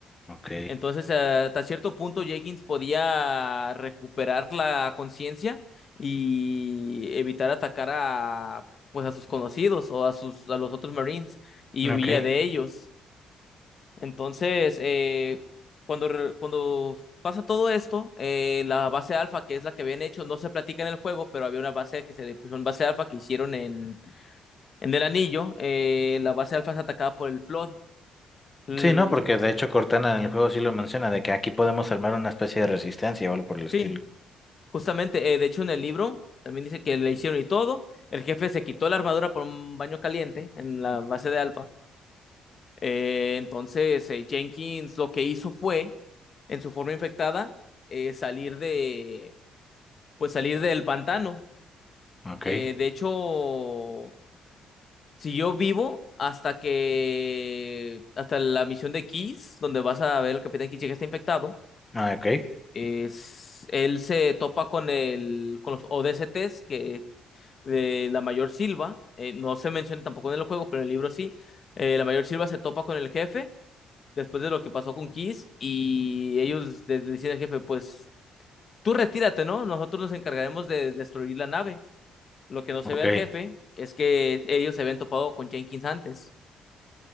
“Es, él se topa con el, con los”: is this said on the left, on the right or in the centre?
Left